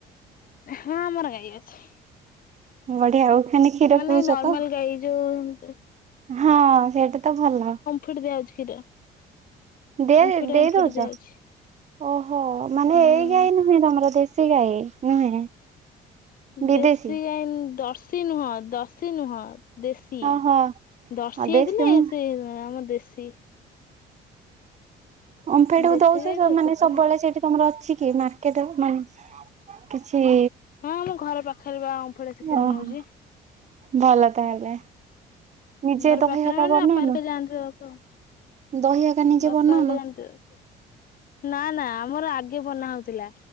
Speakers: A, on the left; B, on the right.
A: ହଁ ଆମର ଗାଈ ଅଛି।
B: ବଢିଆ ଆଉ ଖାଲି କ୍ଷୀର
A: ମାନେ
B: ପିଉଛ
A: ନର୍ମାଲ
B: ତ?
A: ଗାଈ ଯୋଉ
B: ହଁ ସେଇଟା ତ ଭଲ।
A: ଫୁଡ ଦିଆ ହୋଉଛି କ୍ଷୀର।
B: ଦିଆ
A: ଓମ୍ଫେଡ
B: ଦେଇ
A: ଓମ୍ଫେଡ
B: ଦଉଚ?
A: ଦିଆହଉଛି
B: ଓହୋ ମାନେ
A: ହୁଁ
B: ଏଇ ଗାଈ ନୁହେଁ ତମର ଦେଶୀ ଗାଈ ନୁହେଁ। ବିଦେଶୀ?
A: ଦେଶୀ ଗାଈ ଦର୍ଶୀ ନୁହଁ ଦର୍ଶୀ ନୁହଁ। ଦେଶୀ
B: ଓହୋ
A: ଦର୍ଶୀ
B: ଆଉ ଦେଶୀ
A: ହେଇଥିଲେ
B: ମୁଁ
A: ସେ ଆମ ଦେଶୀ।
B: ଓମ୍ଫେଡ
A: ଦେଶୀ
B: କୁ ଦଉଛ
A: ଗାଈ ତ
B: ମାନେ
A: ସେଥିପାଇଁ
B: ସବୁବେଳେ ସେଇଠି ତମର ଅଛି କି ମାର୍କେଟ ମାନେ କିଛି
A: ହଁ ଆମ ଘର ପାଖରେ ବା ଓମ୍ଫେଡ ଆସି କ୍ଷୀର
B: ଓହୋ
A: ନଉଛି
B: ଭଲ ତାହେଲେ। ନିଜେ
A: ହୁଁ ଘର
B: ଦହି
A: ପାଖରେ
B: ହକା
A: ମାନେ
B: ବନଉନ
A: ବାପା ଘରିକା ଯାଆନ୍ତି ଦେବାକୁ ଆଉ।
B: ଦହି ହକା ନିଜେ
A: ବାପାର
B: ବନଉନ
A: ଘରିକା ଜାଆନ୍ତି ଦେବାକୁ ନା ନା ଆମର ଆଗେ ବନା ହଉଥିଲା